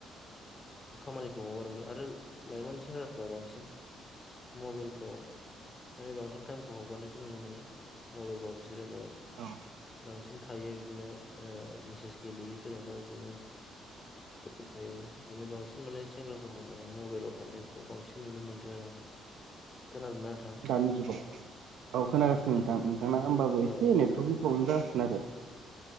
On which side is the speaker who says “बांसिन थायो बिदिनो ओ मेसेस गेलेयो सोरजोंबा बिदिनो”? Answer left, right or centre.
Left